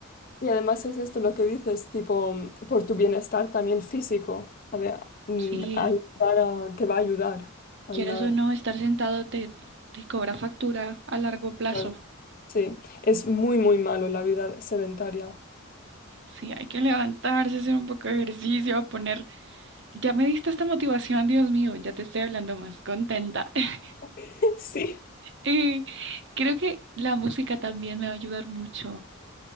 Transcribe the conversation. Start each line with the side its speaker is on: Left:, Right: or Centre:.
Left: Y además es esto lo que dices, tipo, mm, por tu bienestar también físico, a de- mm,
Right: Sí,
Left: ayudar a- te va a ayudar a
Right: quieras
Left: andar.
Right: o no, estar sentado te, te cobra factura a largo plazo.
Left: Claro. Sí, es muy, muy malo la vida sedentaria.
Right: Sí, hay que levantarse, hacer un poco de ejercicio, poner... Ya me diste esta motivación, Dios mío, ya te estoy hablando más contenta. <laughs>
Left: <laughs> Sí,
Right: Eh, creo que la música también me va a ayudar mucho.